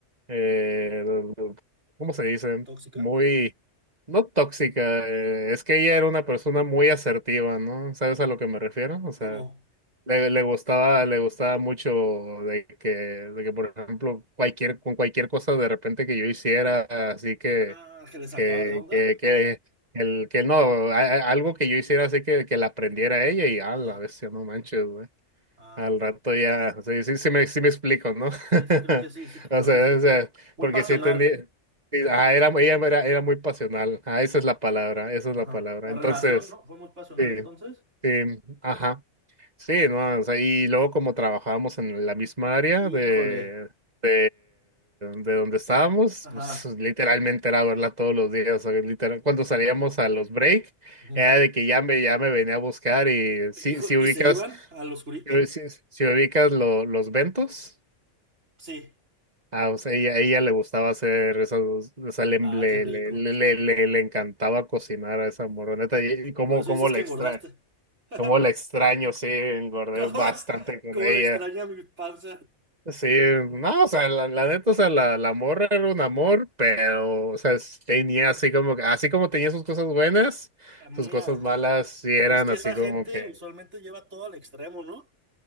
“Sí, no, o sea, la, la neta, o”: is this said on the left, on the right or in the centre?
Right